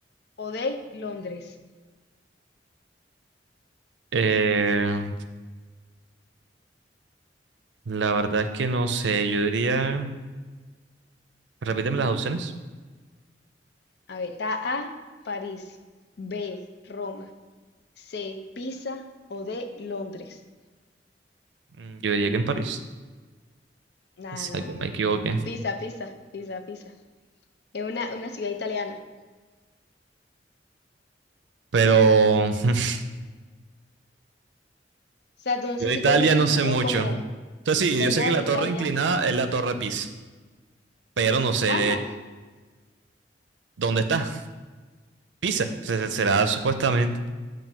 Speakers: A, on the left (about 65°); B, on the right (about 80°).
A: O D. Londres.
B: Eh, la verdad es que no sé. Yo diría. Repíteme las opciones.
A: A ver, está A. París. B. Roma. C. Pisa. O D. Londres.
B: Mm, Yo diría que en París.
A: Nada,
B: Exacto,
A: nada, nada.
B: me equivoqué.
A: Pisa, pisa, pisa, pisa. Es una, una ciudad italiana.
B: Pero <laughs>
A: O sea, tú- no sé
B: yo de
A: si
B: Italia
A: tú has visto
B: no
A: en TikTok
B: sé mucho.
A: como
B: O sea, sí,
A: vaina
B: yo sé que la
A: de Italia.
B: torre inclinada es la torre Pisa. pero no sé
A: Ajá,
B: dónde está. Pisa, se- será supuestamente.